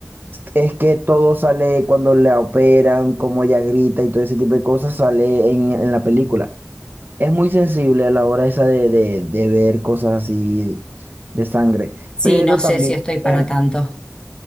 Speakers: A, on the right; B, on the left.
A: Es que todo sale cuando la operan, como ella grita y todo ese tipo de cosas sale en en la película. Es muy sensible a la hora esa de, de, de ver cosas así de sangre,
B: sí,
A: pero
B: no sé
A: también,
B: si estoy para
A: eh,
B: tanto.